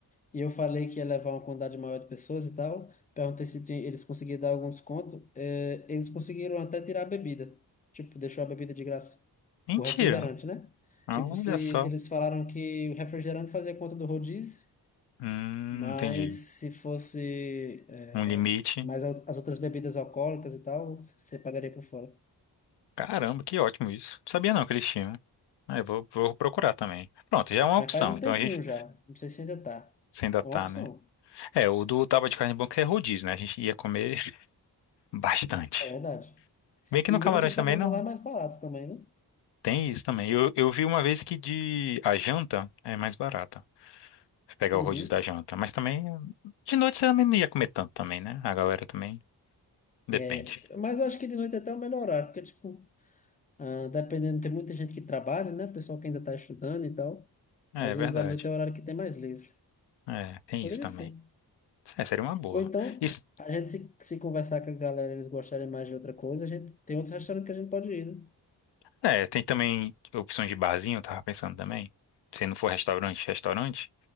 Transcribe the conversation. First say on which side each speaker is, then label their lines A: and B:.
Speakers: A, on the left; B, on the left.
A: e eu falei que ia levar uma quantidade maior de pessoas e tal. Perguntei se tinha- eles conseguiam dar algum desconto. Eh, eles conseguiram até tirar a bebida. Tipo, deixou a bebida de graça.
B: Mentira.
A: O refrigerante, né?
B: Olha
A: Tipo, se eles
B: só.
A: falaram que o refrigerante fazia conta do rodízio,
B: Hum,
A: mas
B: entendi.
A: se fosse, eh,
B: Um limite.
A: mais as outras bebidas alcoólicas e tal, você pagaria por fora.
B: Caramba, que ótimo isso. Não sabia não que eles tinham. Ah, eu vou, vou procurar também. Pronto, já é uma
A: Mas
B: opção.
A: faz um
B: Então
A: tempinho
B: a gente
A: já. Não sei se ainda tá.
B: se ainda
A: É
B: tá,
A: uma opção,
B: né? É, o do tábua de carne branca é rodízio, né? A gente ia comer <laughs> bastante.
A: é verdade.
B: Bem que
A: E
B: no Camarões
A: durante a semana
B: também não
A: lá é mais barato também, né?
B: tem isso também. Eu, eu vi uma vez que de a janta é mais barata. pegar
A: Uhum.
B: o rodízio da janta. Mas também, de noite você também não ia comer tanto também, né? A galera também depende.
A: É, mas eu acho que de noite é até é o melhor horário, porque, tipo, ah, dependendo, tem muita gente que trabalha, né? Pessoal que ainda tá estudando e tal.
B: É,
A: Às
B: é verdade.
A: vezes à noite é o horário que tem mais livre.
B: É, tem
A: Poderia
B: isso também.
A: ser.
B: É, seria uma boa.
A: Ou então,
B: Isso,
A: a gente se, se conversar com a galera, eles gostarem mais de outra coisa, a gente tem outros restaurantes que a gente pode ir, né?
B: é, tem também opções de barzinho, eu tava pensando também. Se não for restaurante, restaurante,